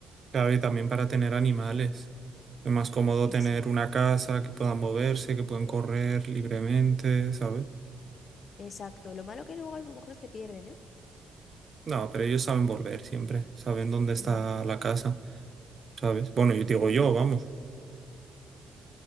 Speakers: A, on the right; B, on the left.
A: Claro, y también para tener animales. Es más cómodo tener
B: Exacto.
A: una casa que puedan moverse, que pueden correr libremente, ¿sabes?
B: Exacto. Lo malo que luego a lo mejor se pierden, ¿eh?
A: No, pero ellos saben volver siempre, saben dónde está
B: Ya.
A: la casa, ¿sabes? Bueno, yo digo yo, vamos.